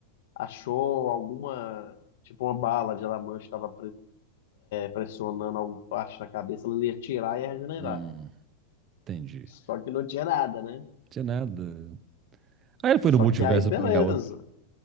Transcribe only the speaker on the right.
Hum, entendi.
Não tinha nada. Aí ele foi
no multiverso
pegar outro.